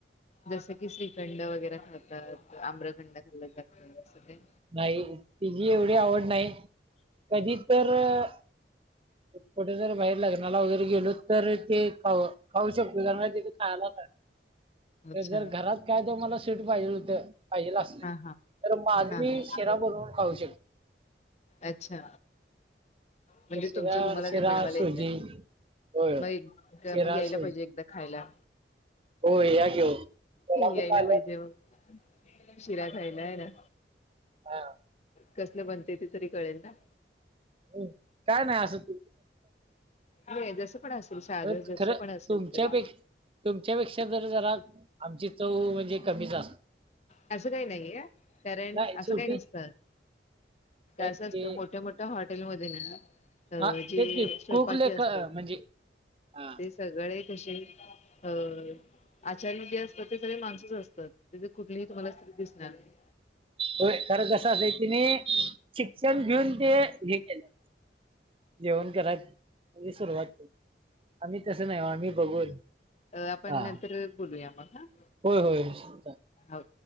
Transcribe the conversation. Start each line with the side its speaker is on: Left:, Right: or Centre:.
Left: जसं की श्रीखंड वगैरें खांतातं आम्रखंड खाल्लं जातं असं ते
Right: नाहीं तिची एवढी आवडं नाहीं कधीं तरं कुंठे जरं बाहेर लग्नांला वगैरें गेलो तरं ते खां खाऊं शकतो कारणं कां तिथे खांयला.
Left: अच्छा
Right: जरं घरांत कायं ते मलां स्वीट पाहिजे पाहिजेलं असले
Left: हा हा अच्छा हा हा
Right: तरं मंग माझं
Left: हा हा
Right: मी शिरां बनवूंन खाऊं शकते.
Left: अच्छा म्हणजे
Right: शिरा
Left: तुमचं तुम्हांला
Right: शिरा
Left: ते बनवांयलां
Right: सुजी
Left: येतंय.
Right: होय होय.
Left: मंग एक
Right: शिरा
Left: मंग यांयला
Right: सुजी
Left: पाहिजे एकदां खांयला
Right: होय या घेऊन कोल्हापूरला
Left: हे यांयला
Right: आल्यावर
Left: पाहिजे मंग शिरा खांयला आहे नां.
Right: हां
Left: कसलं बनते ते तरी कळेलं नां
Right: हो नाहीं नाहीं असं तूं
Left: हे जसं पण असेल साधं
Right: पण
Left: जस
Right: खरं
Left: पण असेल
Right: तुमच्यापेक्षा
Left: तरी
Right: तुमच्यापेक्षा ज जरा आमची चव म्हणजे कमीच अस.
Left: असं काही नाही कारण
Right: नाही
Left: असं
Right: शेवटी
Left: काही नसतं
Right: नाही
Left: असं
Right: ते
Left: असतं मोठ्या मोठ्या हॉटेल मधये ना
Right: हा
Left: जे
Right: तेच की
Left: स्वयंपाकी
Right: कोक लेख
Left: असतात.
Right: म्हणजे हा
Left: सगळे कसे अ आचारी जे असतात ते सगळे माणसंच असतात. मी तुम्हालाच तरी दिसणार नाही.
Right: हो खरं कसं असं तिने शिक्षण घेऊन ते हे केलं. जेवण कराय सुरुवात आम्ही तसं नाही आम्ही बघून
Left: अ आपण
Right: हा
Left: नंतर बोलूया मग हा
Right: होय होय
Left: हो.